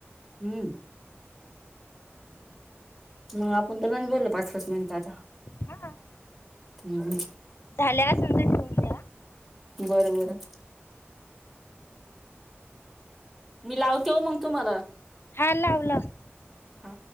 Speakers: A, in the centre; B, on the left.
A: हम्म्. मग आपण तर, नाहीच बोललं पाच-पाच मिनिटं आता.
B: हा
A: हम्.
B: झाल्या असेल तर द्या
A: बर बर. मी लावते हो मग तुम्हाला?
B: हा लाव लाव.
A: हा